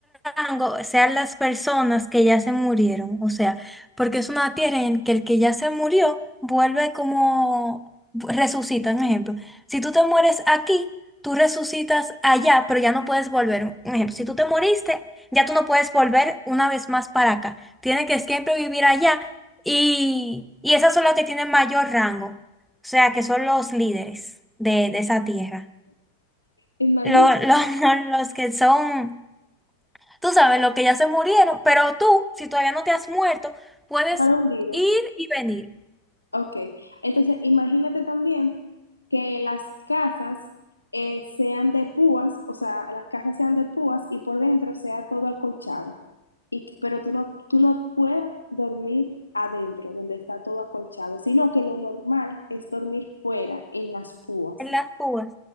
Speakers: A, in the centre; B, on the left.
A: rango sean las personas que ya se murieron. O sea, porque es una tierra en que el que ya se murió vuelve como resucita, un ejemplo. Si tú te mueres aquí, tú resucitas allá, pero ya no puedes volver. Un ejemplo, si tú te moriste, ya tú no puedes volver una vez más para acá. Tienes que siempre vivir allá y, y esas son las que tienen mayor rango o sea, que son los líderes de, de esa tierra.
B: Imagínate,
A: Lo- lo- <laughs> los que son, tú sabes, los que ya se murieron, pero tú, si todavía no te has muerto, puedes
B: para un líder.
A: ir y venir
B: Ok, entonces imagínate también que las casas eh, sean de púas, o sea, las casas sean de púas y por dentro sea todo acolchado, y, que- pero tú no, tú no puedas dormir adentro, donde está todo acolchado, sino que lo normal es dormir fuera, en las púas,
A: en las púas.